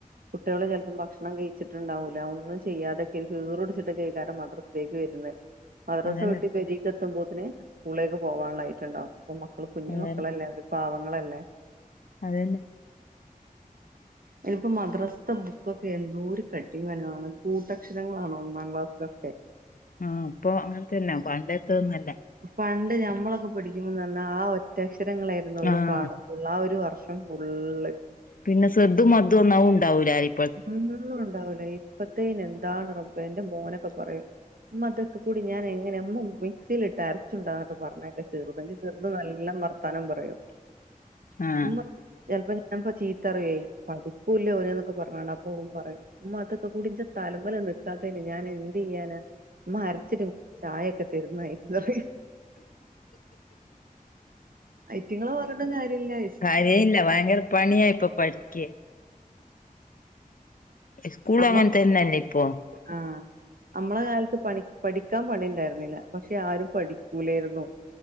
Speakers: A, on the right (about 75°); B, on the left (about 70°).
A: കുട്ടിയള് ചെലപ്പം ഭക്ഷണം കഴിച്ചിട്ടുണ്ടാവൂല ഒന്നും ചെയ്യാതൊക്കെര്‌ക്ക് ഈറടിച്ട്ടെക്കൈകാരം മദ്റ. ലേക്ക് വരുന്നേ. മദ്രസ
B: അതന്നെ
A: വിട്ട് പെരീക്ക് എത്തുമ്പോത്തിന് സ്കൂളേക്ക് പോകാനുള്ളായിട്ടുണ്ടാവും, അപ്പൊ മക്കള് കുഞ്ഞു
B: അതന്നെ
A: മക്കളല്ലേ അവരും പാവങ്ങളല്ലേ
B: അതന്നെ
A: ഇതിപ്പോ മദ്രസ്ത്തെ ബുക്കൊക്കെ എന്തോരു കട്ടിം കനോം ആണ്, കൂട്ടക്ഷരങ്ങളാണ് ഒന്നാം ക്ലാസ്സിലൊക്കെ
B: ആഹ് ഇപ്പൊ അങ്ങനതന്നെ, പണ്ടത്തൊന്നല്ല
A: പണ്ട് ഞമ്മളൊക്കെ പഠിക്കുമ്പോൾ നല്ല ആ ഒറ്റക്ഷരങ്ങളായിരുന്നു ഒരു
B: ആഹ്
A: പാഠം ഫുൾ ആ ഒരു വർഷം ഫുള്ള്
B: പിന്നെ സെദ്ധും മന്ദൊന്നവു ഇണ്ടാവൂലാരിം
A: ഒന്നും ഉണ്ടാവൂല ഇപ്പത്തേന എന്താണ് റബ്ബേ എന്റെ മോനൊക്കെ പറയും. ഉമ്മ അതൊക്കെ കൂടി ഞാൻ എങ്ങനെ ഉമ്മ മിക്സിൽ ഇട്ട് അര ച്ചുണ്ട <unintelligible> ക്കെ പറഞ്ഞേക്ക ചെറുത്. ന്റെ ചെറുത് നല്ലോം വർത്താനം പറയും.
B: ആഹ്
A: ഉമ്മ ചിലപ്പോ ഞാനിപ്പോ ചീത്ത റിയേ, പഠിക്കൂല്ല ഓല്ന്നൊക്കെ പറഞ്ഞ ആണ് അപ്പോ ഓ പറയാ ഉമ്മാ തൊക്കെകൂടി ൻ്റെ തലമ്മല് നിക്കാത്തേന് ഞാനെന്തയ്യാനാ. ഇമ്മ അരച്ചിട്ട് ചായൊക്കെ തരുന്നായിരിക്കുന്നറിയാ ഐറ്റിങ്ങള് പറഞ്ഞിട്ട് കാര്യമില്ല. <inaudible>
B: കാര്യയില്ല ഭയങ്കര പണിയാ ഇപ്പൊ പഠിക്ക് സ്കൂളും
A: <inaudible>
B: അങ്ങൻ തന്നെയല്ലേ ഇപ്പൊ
A: ആഹ് നമ്മളെ കാലത്ത് പണി പഠിക്കാൻ പണി ഉണ്ടായിരുന്നില്ല പക്ഷെ ആരും പഠിക്കൂലായിരുന്നു.